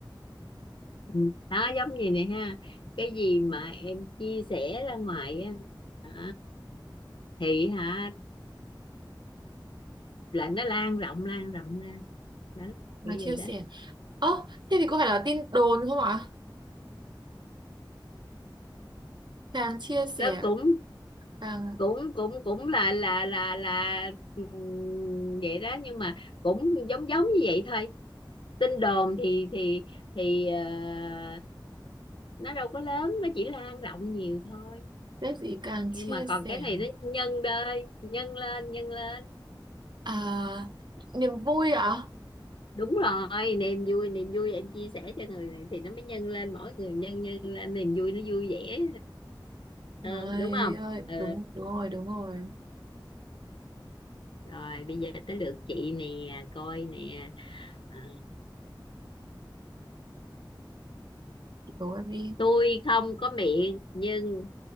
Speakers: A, on the left; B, on the right.
A: Ừ. đó giống như này ha cái gì mà em chia sẻ ra ngoài á à, thì hả là nó lan rộng lan rộng ra đó
B: mà
A: kiểu
B: chia
A: vậy đó
B: sẻ ơ thế thì có phải là tin đồn không ạ càng chia sẻ
A: nó cũng
B: càng
A: cũng cũng cũng là là là là ừm, vậy đó nhưng mà cũng giống giống như vậy thôi tin đồn thì thì thì ờ, nó đâu có lớn nó chỉ lan rộng nhiều thôi
B: cái gì càng
A: nhưng
B: chia
A: mà còn
B: sẻ
A: cái này nó nhân đơi nhân lên nhân lên
B: à niềm vui ạ
A: đúng rồi niềm vui niềm vui em chia sẻ cho người này thì nó mới nhân lên mỗi người nhân nhân lên niềm vui nó vui vẻ hơn
B: Ai
A: đúng không
B: ơi,
A: ừ
B: đúng đúng rồi, đúng rồi.
A: rồi bây giờ tới lượt chị nè coi nè à,
B: Chị đố em đi.
A: tôi không có miệng nhưng